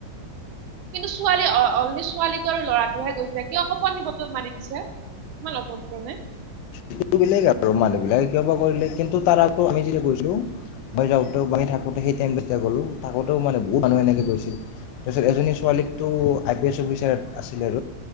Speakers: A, on the right (about 75°); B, on the left (about 75°).
A: কিন্তু ছোৱালী অলি ছোৱালীটোৰ ল'ৰাটোহে গৈছে কিয় অকপণনি বটল মাৰি দিছে। ইমান অভদ্ৰ নে।
B: সেইটো বেলেগ আৰু মানুহ বিলাকে কিয় পাবলে কিন্তু তাৰ আগত আমি যেতিয়া গৈছিলোঁ। হৈ যাওঁ তেওঁ বাহী থাকো তেওঁ সেই ট। তেতিয়া গ'লোঁ থাকোঁতেও মানে বহুত মানুহ এনেকৈ গৈছিল তাৰপিছত এজনী ছোৱালীকতো আই পি এছ অফিচাৰে। আছিলে আৰু